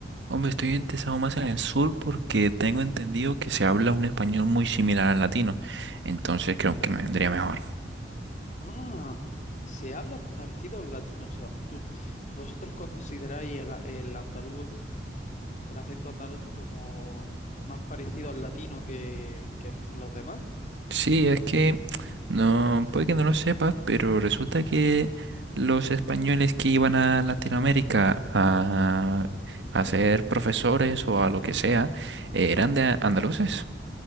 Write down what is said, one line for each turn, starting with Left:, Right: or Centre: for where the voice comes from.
Right: Hombre, estoy interesado más en el sur porque tengo entendido que se habla un español muy similar al latino, entonces creo que me vendría mejor.
Left: Ah, se hablan parecidos latinos, o sea, tú, vosotros consideráis el, a- el andaluz, el acento andaluz como más parecido al latino que, que los demás.
Right: Sí, es que no, puede que no lo sepas, pero resulta que los españoles que iban a Latinoamérica a, a ser profesores o a lo que sea, eh, eran de andaluces.